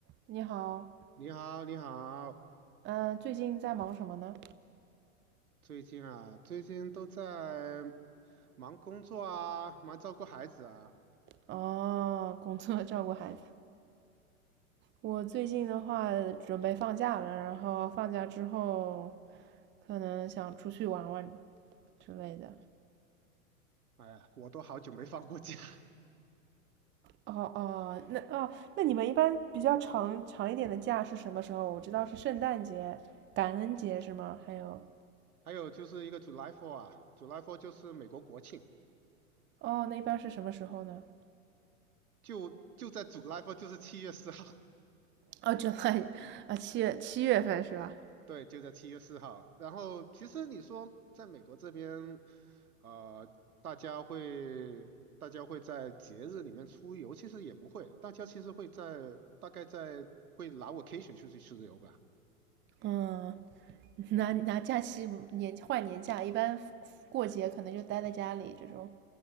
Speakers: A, on the right; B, on the right.
A: 你好，
B: 你好，你好，
A: 嗯，最近在忙什么呢？
B: 最近啊，最近都在忙工作啊，忙照顾孩子啊，
A: 哦，工作 <laughs> 照顾孩子。我最近的话准备放假了，然后放假之后可能想出去玩玩之类的。
B: 哎呀，我都好久没放过假。<laughs>
A: 哦哦，那哦，那你们一般比较长长一点的假是什么时候？我知道是圣诞节、感恩节是吗？还有，
B: 还有就是一个 July f o 啊，July f o 就是美国国庆，
A: 哦，那一般是什么时候呢？
B: 就就在 July f o 就是七月四号，
A: 哦 j u <laughs> 啊，七月七月份是吧？
B: <laughs> 对，就在七月四号。然后其实你说在美国这边，呃，大家会大家会在节日里面出游，其实也不会，大家其实会在大概在会拿 vacation 出去出去游吧。
A: 嗯，拿拿假期年换年假，一般过节可能就待在家里这种。